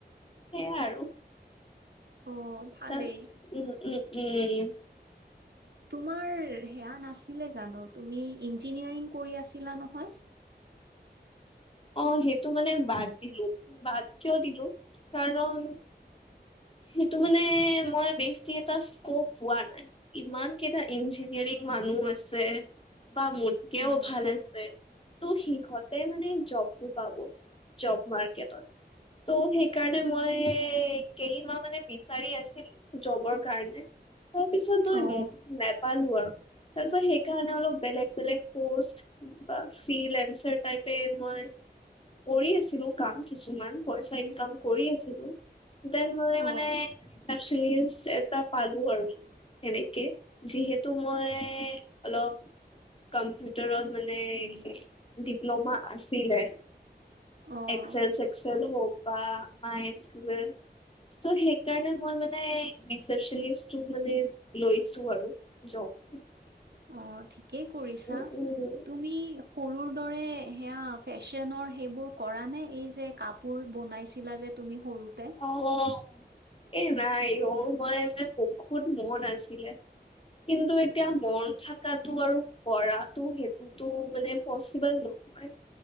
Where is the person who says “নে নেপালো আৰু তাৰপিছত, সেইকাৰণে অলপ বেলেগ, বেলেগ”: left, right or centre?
Left